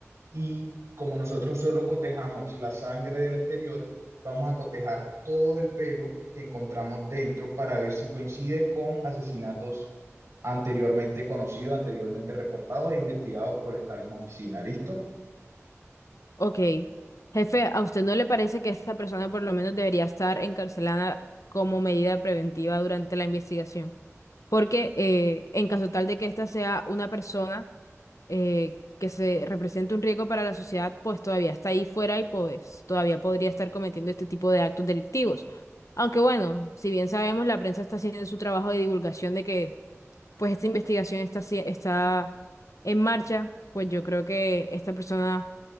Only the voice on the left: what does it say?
Ok. Jefe, ¿a usted no le parece que esta persona por lo menos debería estar encarcelada como medida preventiva durante la investigación? Porque eh, en caso tal de que ésta sea una persona eh, que se represente un riesgo para la sociedad, pues todavía está ahí fuera y pues todavía podría estar cometiendo este tipo de actos delictivos. Aunque bueno, si bien sabemos, la prensa está haciendo su trabajo de divulgación de que pues esta investigación está, haci- está en marcha, pues yo creo que esta persona